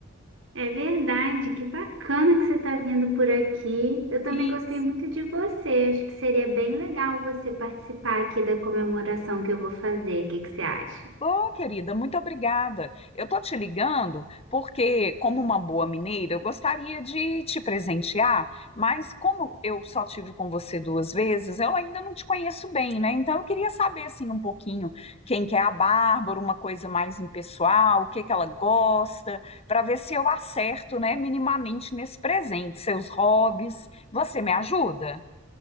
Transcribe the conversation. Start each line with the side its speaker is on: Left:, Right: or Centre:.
Right: É verdade, que bacana que você está vindo por aqui. Eu também
Left: Isso.
Right: gostei muito de você. Acho que seria bem legal você participar aqui da comemoração que eu vou fazer. O que que você acha?
Left: Ô, querida, muito obrigada. Eu tô te ligando porque, como uma boa mineira, eu gostaria de te presentear, mas como eu só tive com você duas vezes, eu ainda não te conheço bem, né? Então eu queria saber assim um pouquinho quem que é a Bárbara, uma coisa mais impessoal, o que que ela gosta, para ver se eu acerto, né, minimamente nesse presente, seus hobbies. Você me ajuda?